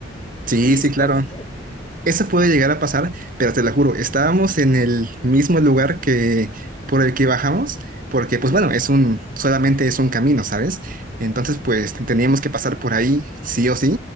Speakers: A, on the right (about 50°); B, on the left (about 20°).
A: sí,
B: y
A: sí,
B: se
A: claro.
B: puede perder.
A: Eso puede llegar a pasar, pero te lo juro, estábamos en el mismo lugar que por el que bajamos, porque
B: Ujú.
A: pues bueno, es un, solamente es un camino, ¿sabes? Entonces pues teníamos que pasar por ahí, sí o sí.